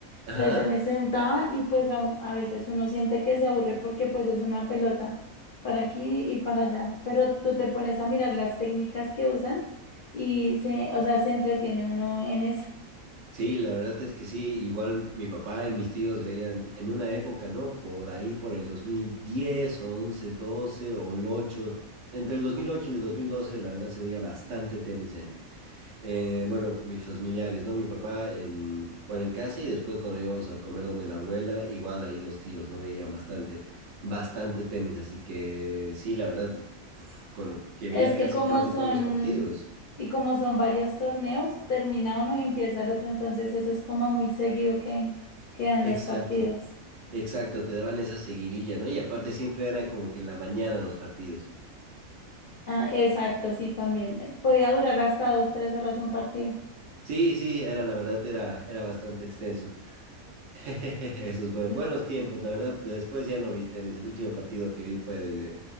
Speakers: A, on the right; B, on the left.
A: Ajá.
B: Entonces yo me sentaba y pues a, a veces uno siente que se aburre porque pues es una pelota para aquí y para allá. Pero tú te pones a mirar las técnicas que usan y se, o sea, se entretiene uno en eso.
A: Sí, la verdad es que sí, igual mi papá y mis tíos veían en una época, ¿no? Por ahí, por el 2010 o once doce o el 8 entre el 2008 y el 2012 la verdad se veía bastante tenis en, eh, bueno, mis familiares, ¿no? Mi papá en, bueno, en casa y después cuando íbamos a comer donde la abuela, igual ahí los tíos, ¿no? Veían bastante, bastante tenis, así que sí, la verdad, uf, con, que
B: Es
A: veía
B: que
A: casi
B: como
A: creo que
B: son,
A: todos los partidos.
B: y como son varios torneos, termina uno y empieza el otro, entonces eso es como muy seguido que quedan
A: Exacto.
B: los partidos.
A: Exacto, te daban esa seguidilla, ¿no? Y aparte siempre era como que en la mañana los partidos.
B: Ah, exacto, sí, también. Eh, Podía durar hasta dos, tres horas un partido.
A: Sí, sí, era la verdad, era, era bastante extenso. <laughs> Esos bu-
B: Mm.
A: buenos tiempos, la verdad, después ya no vi tenis. El último partido que vi fue de, de,